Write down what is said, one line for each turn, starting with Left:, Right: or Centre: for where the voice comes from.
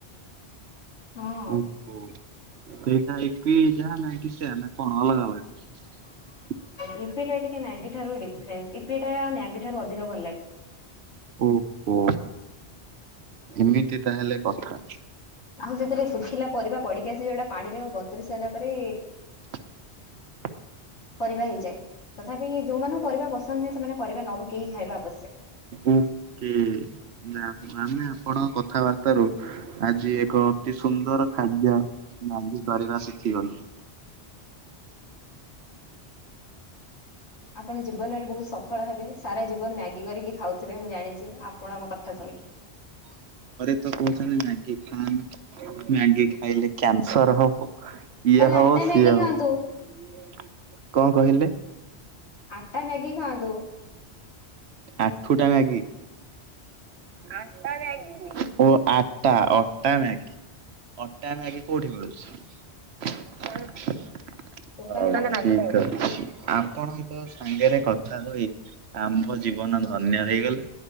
Left: ହଁ
Right: ଓ ହୋ ତା ଏଇଟା ୟିପି ଯାହା ନାଇଁ କି ସେ ଟ ନା କଣ ଅଲଗା ଅଲଗା।
Left: ୟୁପି ଟା ଟିକେ ମ୍ୟାଗି ଠାରୁ ଡିଫରେନ୍ସ, ୟୁପି ଟା ମାଗି ଠାରୁ ଅଧିକ ଭଲ ଲାଗେ।
Right: ଓ ହୋ ଏମିତି ତାହେଲେ କଥା।
Left: ଆଉ ସେଥିରେ ଶୁଖିଲା ପରିବା ପଡିକି ଆସ ଯୋଉଟା ପାଣିରେ ବତୁରି ସାରିଲା ପରେ
Right: <inaudible>
Left: ପରିବା ହେଇଯାଏ ତଥାପି ଯୋଉମାନଙ୍କୁ ପରିବା ପସନ୍ଦ ନୁହେଁ। ସେମାନେ ପରିବା ନ ପକେଇକି ଖାଇବା ଆବଶ୍ୟକ।
Right: ଓ କି ନା ଆମେ ଆପଣଙ୍କ କଥାବାର୍ତ ରୁ ଆଜି ଏକ ଅତି ସୁନ୍ଦର ଖାଦ୍ୟ ନନ୍ଦି କରିବା ଶିଖି ଗଲି।
Left: ଆପଣ ଜୀବନରେ ବହୁତ ସଫଳ ହେବେ ସାରା ଜୀବନ ମ୍ୟାଗି କରିକି ଖାଉଥିବେ ମୁଁ ଜାଣିଚି ଆପ ଆପଣଙ୍କ କଥା ଶୁଣିକି।
Right: ସମେସ୍ତେ କହୁଛନ୍ତି ମ୍ୟାଗି ଖାନି ମ୍ୟାଗି ଖାଇଲେ କ୍ୟା ସର ହବ ଇଏ
Left: ତାହେଲେ
Right: ହବ
Left: ଆଟା
Right: ସିଏ
Left: ମ୍ୟାଗି
Right: ହବ
Left: ଖାଆନ୍ତୁ
Right: କଣ କହିଲେ।
Left: ଆଟା ମ୍ୟାଗି ଖାଆନ୍ତୁ।
Right: ଆଠୁ ଟା ମ୍ୟାଗି ଆଟା ମ୍ୟାଗ ଓ ଆ ଟା ଅଟା ମ୍ୟାଗି ଅଟା ମ୍ୟାଗି କୋଉଠି ମିଳୁଛି। ମିଳୁଛି
Left: ଦୋକାନରେ
Right: ହଉ
Left: ମାଗିଲେ
Right: ଠିକ୍
Left: ହବ
Right: ଅଛି ଆପଣଙ୍କ ସା ସାଙ୍ଗରେ କଥା ହୋଇ ଆମ୍ଭ ଯିବ ଜୀବନ ଧନ୍ୟ ହେଇଗଲା